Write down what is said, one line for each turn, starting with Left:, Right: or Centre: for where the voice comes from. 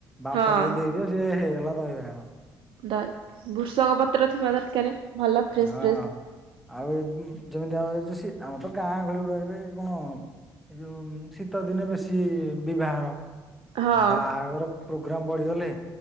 Centre: ବାମ୍ପ
Right: ହଁ
Centre: ଟିକେ ଦେଇଦିଅ ସି ହେଇଗଲା ଦହି ବାଇଣ।
Right: ଦ ବୃଷଙ୍ଗ ପତ୍ର ଥିବା ଦରକାର। ଭଲ ଫ୍ରେଶ
Centre: ହଁ।
Right: ଫ୍ରେଶ
Centre: ଆଉ ଏ ଯେମିତି ଆ ଏ ଯଉ ଆମ ତ ଗାଁ ଗହଳି ରହି ରହି କଣ ଏଇ ଯୋଉ ଶୀତ ଦିନେ ବେଶୀ ବିବାହର
Right: ହଁ
Centre: ବାହାଘର ପ୍ରୋଗ୍ରାମ ପଡିଗଲେ